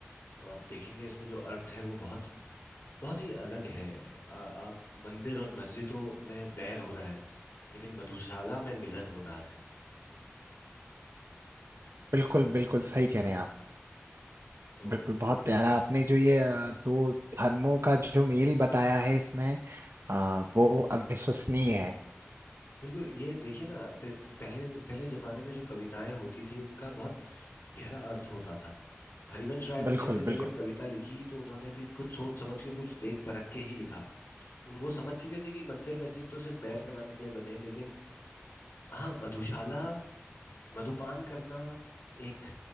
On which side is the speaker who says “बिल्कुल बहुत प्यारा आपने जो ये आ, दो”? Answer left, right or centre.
Right